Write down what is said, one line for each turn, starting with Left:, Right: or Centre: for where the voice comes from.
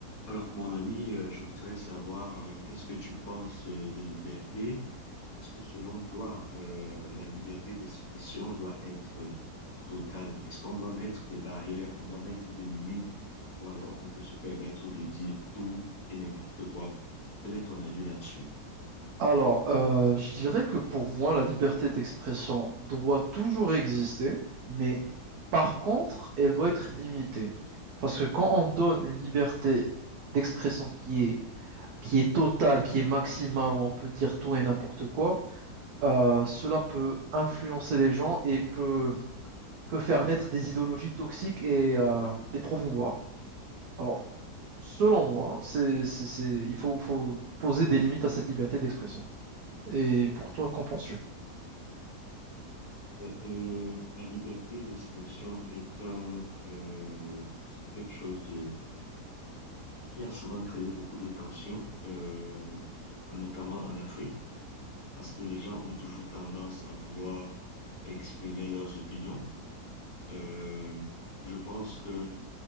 Left: Alors, mon ami, euh, je voudrais savoir euh, qu'est-ce que tu penses euh, des libertés? Est-ce que selon toi, euh, la liberté d'expression doit être euh, totale? Est-ce qu'on doit mettre des barrières, on doit mettre des limites, ou alors on peut se permettre de dire tout et n'importe quoi? Quel est ton avis là-dessus?
Right: Alors, euh, je dirais que pour moi, la liberté d'expression doit toujours exister, mais par contre, elle doit être limitée. Parce que quand on donne une liberté d'expression qui est, qui est totale, qui est maximale, où on peut dire tout et n'importe quoi, euh, cela peut influencer les gens et peut, peut faire naître des idéologies toxiques et euh, les promouvoir. Alors, selon moi, c'est, c'est, c'est- il faut, faut poser des limites à cette liberté d'expression. Et pour toi, qu'en penses-tu?
Left: Ben, euh, la liberté d'expression est un, euh, c'est quelque chose de, qui a souvent créé beaucoup de tensions, euh, notamment en Afrique. parce que les gens ont toujours tendance à vouloir exprimer leurs opinions. Euh, je pense que